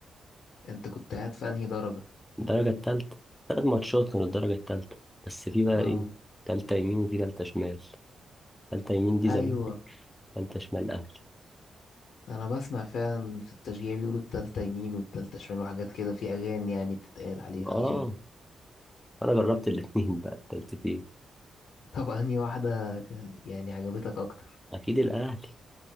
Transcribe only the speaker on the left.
انت كنت قاعد في انهي درجة
اه
ايوه
انا بسمع فعلا في التشجيع بيقولوا التالتة يمين والتالتة شمال وحاجات كده في اغاني يعني بتتقال عليها
اظن
طب انهي واحدة ك- يعني عجبتك اكتر